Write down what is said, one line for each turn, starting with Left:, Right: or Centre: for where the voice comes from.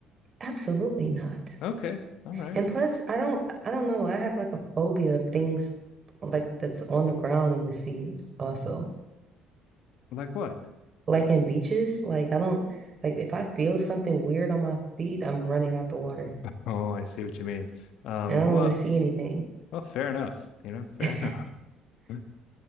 Right: absolutely not.
Left: Okay. All right.
Right: And plus, I don't I don't know. I have like a phobia of things like that's on the ground in the sea also.
Left: Like what?
Right: Like in beaches, like I don't like if I feel something weird on my feet, I'm running out the water.
Left: Oh, I see what you mean. Um,
Right: And I don't
Left: well,
Right: want to see anything.
Left: well, fair enough. You know, fair
Right: <laughs>
Left: enough. <laughs>